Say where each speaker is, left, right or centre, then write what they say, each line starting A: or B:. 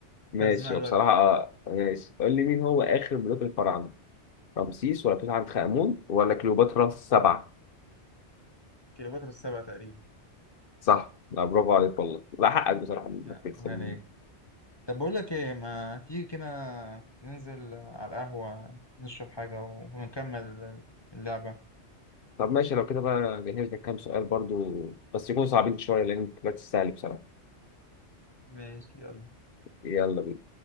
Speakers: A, on the left; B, on the left.
A: ماشي
B: حفظ ماء الوجه
A: هو بصراحه آه... ماشي قول لي مين هو اخر ملوك الفراعنه رمسيس ولا توت عنخ امون ولا كليوباترا السبعه
B: كليوباترا السبعة تقريبا
A: صح لا برافو عليك والله لا حقك بصراحه انك
B: لا
A: تكسب
B: ما عليك طب بقول لك ايه ما تيجي كده ننزل على القهوة نشرب حاجة ونكمل اللعبة
A: طب ماشي لو كده بقى جهزنا كام سؤال برضو بس يكونوا صعبين شويه لان انت بقى تستاهل بصراحه
B: ماشي يلا
A: يلا بينا